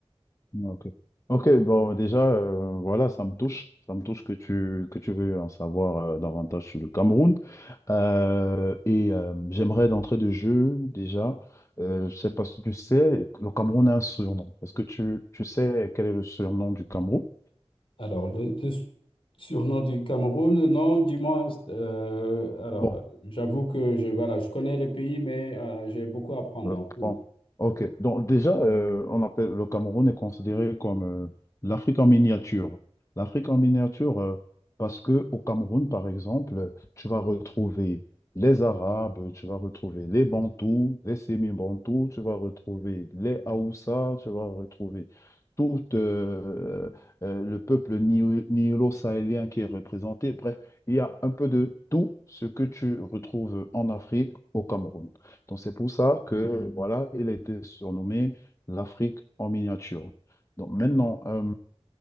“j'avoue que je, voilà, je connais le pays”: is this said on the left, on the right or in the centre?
Left